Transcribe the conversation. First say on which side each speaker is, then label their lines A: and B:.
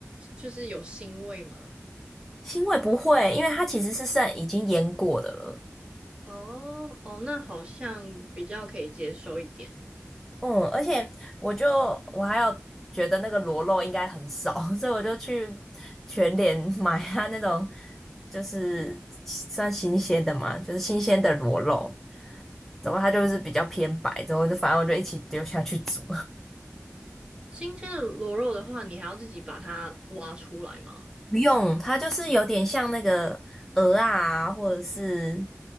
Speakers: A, on the right (about 20°); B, in the centre.
A: 就是有腥味吗？
B: 腥味不会，因为它其实是剩已经腌过的了。
A: 哦哦，那好像比较可以接受一点。
B: 嗯，而且我就我还有觉得那个螺肉应该很少，<laughs> 所以我就去全联 <laughs> 买它那种就是算新鲜的嘛，就是新鲜的螺肉。然后它就是比较偏白，之后就反正我就一起丢下去煮。
A: 新鲜的螺肉的话，你还要自己把它挖出来吗？
B: 不用，它就是有点像那个鹅啊，或者是